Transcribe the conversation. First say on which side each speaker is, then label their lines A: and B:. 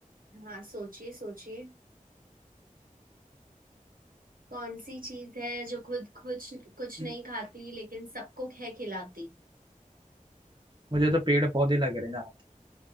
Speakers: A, on the right (about 80°); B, on the right (about 35°).
A: हाँ सोचिए सोचिए कौन सी चीज है जो खुद कुछ कुछ
B: हम्म,
A: नहीं खाती लेकिन सबको है खिलाती
B: मुझे तो पेड़ पौधे लग रहे हैं यहाँ